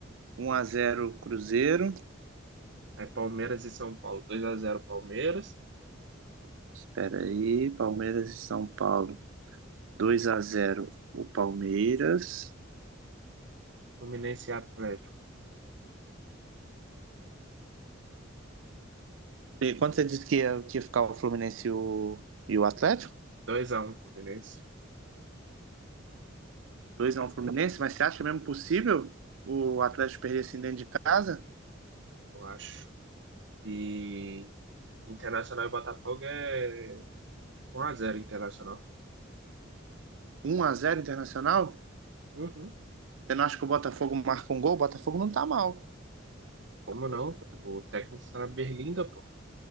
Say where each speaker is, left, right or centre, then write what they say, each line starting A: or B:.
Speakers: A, on the right; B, on the right.
A: 1 a 0 Cruzeiro.
B: Aí Palmeiras e São Paulo, dois a zero Palmeiras,
A: Espera aí, Palmeiras e São Paulo. dois a zero o Palmeiras.
B: Fluminense e Atlético,
A: E quanto você disse que ia, que ia ficar o Fluminense e o, e o Atlético?
B: dois a um Fluminense,
A: dois a 1 Fluminense, mas você acha mesmo possível o Atlético perder assim dentro de casa?
B: eu acho. E Internacional e Botafogo é um a zero Internacional.
A: um a zero Internacional?
B: Uhum.
A: Você não acha que o Botafogo marca um gol? O Botafogo não tá mal.
B: Como não? O técnico está na Berlinda, pô.